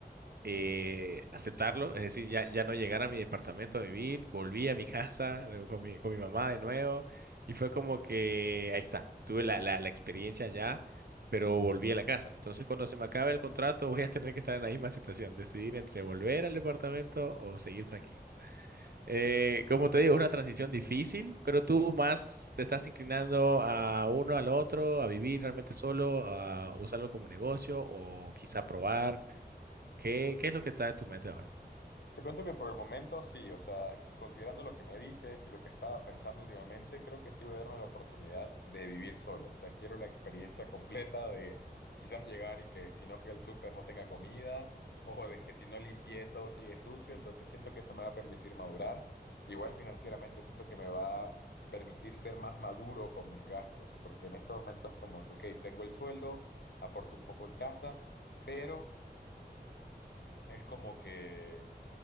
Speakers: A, on the right; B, on the left.
A: eh, aceptarlo, es decir, ya, ya no llegar a mi departamento a vivir, volví a mi casa eh, con mi, con mi mamá de nuevo y fue como que ahí está, tuve la, la, la experiencia ya, pero volví a la casa. Entonces, cuando se me acabe el contrato, voy a tener que estar en la misma situación, decidir entre volver al departamento o seguir tranquilo. Eh, como te digo, es una transición difícil, pero tú más te estás inclinando a uno al otro, a vivir realmente solo, a usarlo como negocio o quizá probar. ¿Qué, qué es lo que está en tu mente ahora?
B: Te cuento que por el momento sí, o sea, considerando lo que me dices y lo que estaba pensando últimamente, creo que sí voy a darme la oportunidad de vivir solo. O sea, quiero la experiencia completa de quizás llegar y que si no fui al súper no tenga comida, o de que si no limpié todo sigue sucio. Entonces siento que eso me va a permitir madurar. Igual financieramente siento que me va a permitir ser más maduro con mis gastos, porque en estos momentos es como que, ok, tengo el sueldo, aporto un poco en casa, pero es como que